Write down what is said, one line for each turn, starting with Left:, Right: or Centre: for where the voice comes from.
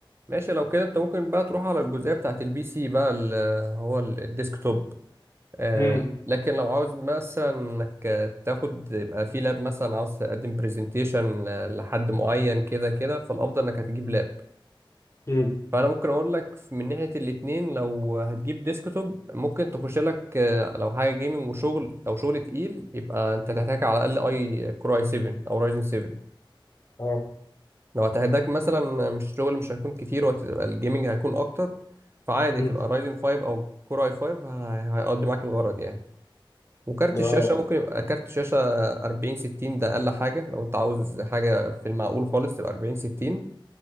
Right: ماشي لو كده انت ممكن بقى تروح على الجزئية بتاعت البي سي بقى ال- هو ال- الديسكتوب آه
Left: امم
Right: لكن لو عاوز مثلا انك تاخد يبقى في لاب مثلا عاوز تقدم برزنتيشن لحد معين كده كده فالافضل انك هتجيب لاب
Left: امم
Right: فانا ممكن اقول لك من ناحيه الاتنين لو هتجيب ديسكتوب ممكن تخش لك آه، لو حاجه جيمنج وشغل او شغل تقيل يبقى انت تحتاج على الاقل اي كور اي 7 او رايزن 7
Left: اه
Right: لو هتحتاج مثلا مش شغل مش هيكون كتير وهتبقى الجيمنج هيكون اكتر فعادي
Left: امم
Right: تبقى رايزن 5 او كور اي 5 هي- هيقضي معاك الغرض يعني وكارت
Left: اه
Right: الشاشه ممكن يبقى كارت شاشه 40 60 ده اقل حاجه لو انت عاوز حاجه في المعقول خالص تبقى 40 60